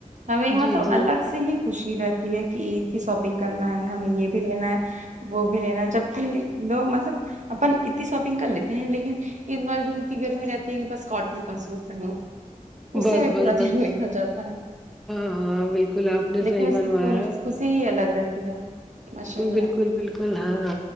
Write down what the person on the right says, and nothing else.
ہمیں مطلب
الگ سے ہی خوشی رہتی ہے کہ عید کی شاپنگ کرنا ہے ہمیں یہ بھی لینا ہے وہ بھی لینا جبکہ لو مطلب اپن اتنی شاپنگ کر لیتے ہیں لیکن ایدوار دن اتنی گرمی رہتی ہے کہ بس کاٹن کا سوٹ پہنو اسی
میں
پورا
دن نکل جاتا ہے
لیکن
اس
کی کل
خوشی ہی الگ رہتی ہے ماشاء
اللہ